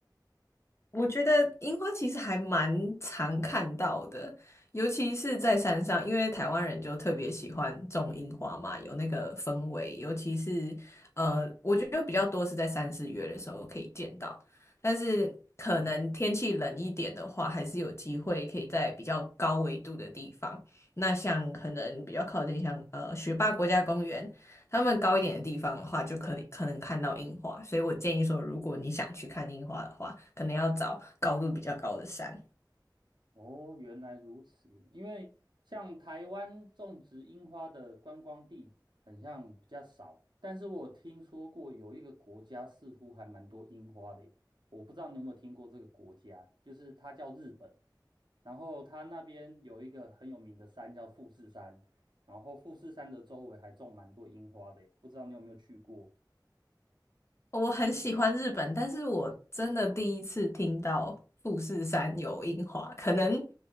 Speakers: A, on the left (about 35°); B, on the right (about 75°).
A: 我觉得樱花其实还蛮常看到的，尤其是在山上，因为台湾人就特别喜欢种樱花嘛，有那个氛围。尤其是呃，我觉得比较多是在三四月的时候可以见到，但是可能天气冷一点的话，还是有机会可以在比较高纬度的地方。那像可能比较靠近像呃雪霸国家公园，他们高一点的地方的话，就可能可能看到樱花。所以我建议说，如果你想去看樱花的话，可能要找高度比较高的山。
B: 哦，原来如此。因为像台湾种植樱花的观光地，很像比较少。但是我有听说过有一个国家似乎还蛮多樱花的耶我不知道你有没有听过这个国家，就是它叫日本。然后它那边有一个很有名的山叫富士山，然后富士山的周围还种蛮多樱花的耶不知道你有没有去过？
A: 我很喜欢日本，但是我真的第一次听到富士山有樱花，可能